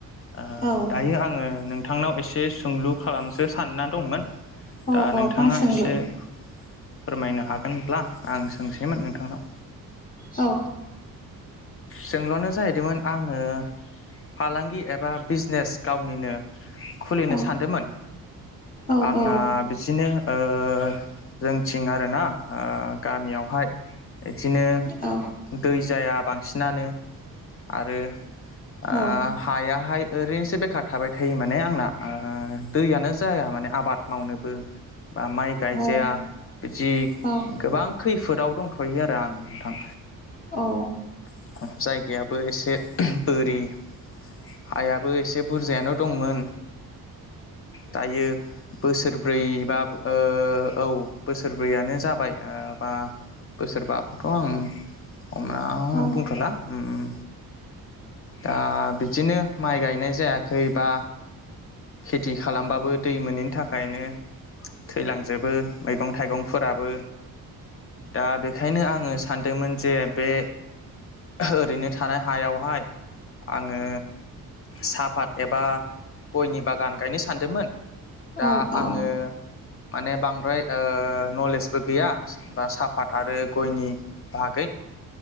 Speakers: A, on the left; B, on the left.
A: ओ
B: औ
A: दायो आङो नोंथांनाव एसे सोंलु खालामसो सानना दंमोन
B: औ
A: दा
B: औ
A: नोंथाङा
B: मा सोंलु
A: एसे फोरमायनो हागोनब्ला आं सोंसैमोन नोंथांनाव।
B: औ
A: सोंल'नो जाहैदोंमोन आङो फालांगि एबा बिजनेस गावनिनो खुलिनो
B: औ
A: सानदोंमोन
B: औ
A: आंना
B: औ
A: बिदिनो ओ जोंथिं आर ना।। ओ गामियावहाय इदिनो
B: औ अ
A: दै जाया बांसिनानो आरो ओ
B: औ
A: हायाहाय ओरैनोसो बेखार थाबाय थायो माने आंना ओ दैयानो जाया माने आबाद मावनोबो। बा माइ गायजाया
B: औ
A: बिदि
B: औ
A: गोबां खै फोदाव दंथ'यो आरो आं नोंथां।
B: औ
A: ओ एसे बोरि हायाबो एसे बुरजायानो दंमोन। दायो बोसोरब्रैबा ओ औ बोसोरब्रैयानो जाबाय बा बोसोरबाखौथ' आङो अम
B: औ
A: बुंथ'ला ओम दा बिदिनो माइ गायनाय जाया खैबा खेथि खालामबाबो दै मोनैनि थाखायनो थैलांजोबो मैगं थाइगंफोराबो दा बेखायनो आङो सानदोंमोन जे बे ओरैनो थानाय हायावहाय आङो साहाफात एबा गयनि बागान गायनो सानदोंमोन। दा
B: औ
A: आङो
B: औ
A: माने बांद्राय ओ नलेजबो गैया बा साफात आरो गयनि बागै।